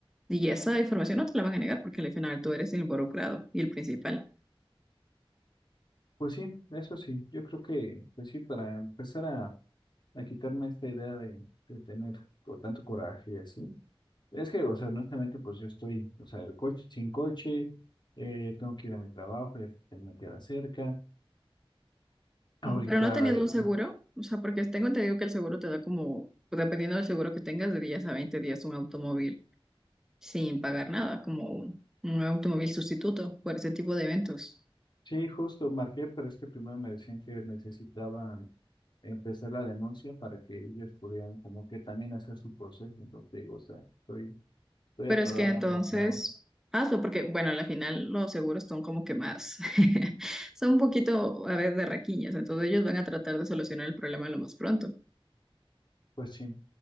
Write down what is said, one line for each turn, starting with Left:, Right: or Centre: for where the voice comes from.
Centre: Y esa información no te la van a negar porque al final tú eres el involucrado y el principal.
Left: Pues sí, eso sí, yo creo que, pues sí, para empezar a, a quitarme esta idea de, de tener co- tanto coraje y así. Es que, o sea, honestamente, pues yo estoy, o sea, el coche, sin coche, eh, tengo que ir a mi trabajo, ya que me queda cerca. Ahorita,
Centre: Mm, Pero no tenías
Left: eh,
Centre: un seguro, o sea, porque tengo entendido que el seguro te da como, dependiendo del seguro que tengas, de 10 a 20 días un automóvil sin pagar nada, como un automóvil sustituto por ese tipo de eventos.
Left: sí, justo marqué, pero es que primero me decían que necesitaba empezar la denuncia para que ellos pudieran como que también hacer su proceso. Entonces, digo, o sea, estoy, estoy
Centre: Pero
Left: atorado
Centre: es que entonces,
Left: de ambos lados.
Centre: hazlo, porque bueno, al final los seguros son como que más, <laughs> son un poquito a veces de raquiñas, entonces ellos van a tratar de solucionar el problema lo más pronto.
Left: Pues sí.